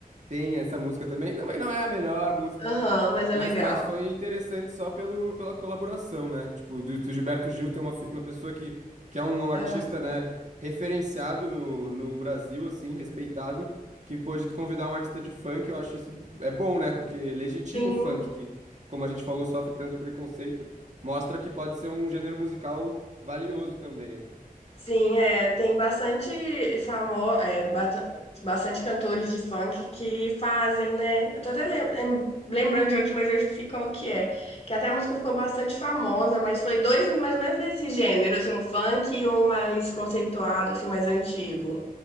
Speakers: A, on the right; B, on the left.
A: Tem essa música também. Não, mas não é a melhor
B: Aham, mas é
A: Mas,
B: legal.
A: mas foi interessante só pelo, pela colaboração, né? Tipo, do, do Gilberto Gil tem uma, fi- uma pessoa que, que é um, um artista,
B: Ah,
A: né, referenciado no, no Brasil, assim, respeitado, que pôde convidar um artista de funk, eu acho isso é bom, né? Porque legitima
B: sim.
A: o funk, que, como a gente falou, sofre tanto preconceito, mostra que pode ser um gênero musical valioso também, né?
B: Sim, é, tem bastante famoso, é, bata- bastante cantores de funk que fazem, né? Eu tô até lem- lem- lembrando de um aqui, mas eu esqueci qual que é. Que até a música ficou bastante famosa, mas foi dois mais ou menos desse gênero, assim, um funk e um mais conceituado, assim, mais antigo.